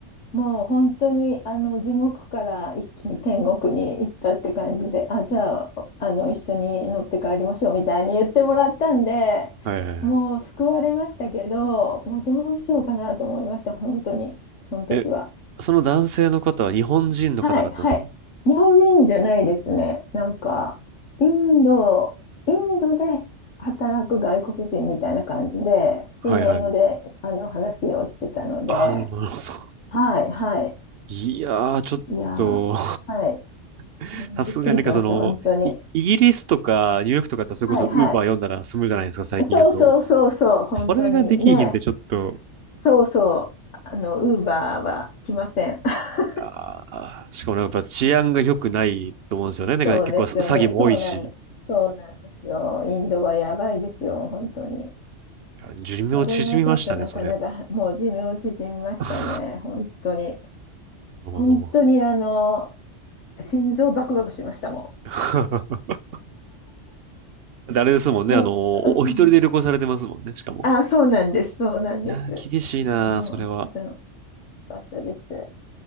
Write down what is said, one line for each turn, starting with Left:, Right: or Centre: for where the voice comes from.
Left: もう本当にあの地獄から一気に天国に行ったって感じで、あ、じゃあ、あの一緒に乗って帰りましょうみたいに言ってもらったんで、
Right: はいはいはい。
Left: もう救われましたけど、もうどうしようかなと思いました、本当に、その時は。
Right: え、その男性の方は日本人の方だったんですか
Left: はい、はい。日本人じゃないですね。なんか、インド、インドで働く外国人みたいな感じで、
Right: はいはい。
Left: 普通に英語であの話をしてたので、
Right: ああ、なるほど。
Left: はい、はい。
Right: いやー、ちょっと
Left: いやー、はい。
Right: <laughs>
Left: うんびっくりしました、
Right: さすがになんかその、
Left: 本当に。
Right: イ、イギリスとかニューヨークとかだってそれこそウーバー読んだら済むじゃないですか、
Left: はいはい。
Right: 最近やと。
Left: そうそうそうそう、本当にね。
Right: それができひんでちょっと、
Left: そうそう。あの、ウーバーは来ません。<laughs>
Right: ああ、しかもなんかやっぱ治安が良くないと思うんですよね。なんか結構詐欺も多いし。
Left: そうですよね。そうなんで、そうなんですよ。インドはやばいですよ、本当に。
Right: いや寿命縮みましたね、
Left: それがちょっとなかなか、
Right: それ。
Left: <laughs> もう寿命縮みましたね、
Right: <laughs>
Left: 本当に。
Right: なるほど。
Left: 本当に、あの、心臓バクバクしましたも
Right: <laughs> あれですもんね。
Left: ん。もう、
Right: あの、お、
Left: うん
Right: お一人で旅行されてますもんね、しかも。
Left: あ、そうなんです、そうなんです。
Right: いやー、厳しいなそれは。
Left: あもう、ちょっと、よかったです。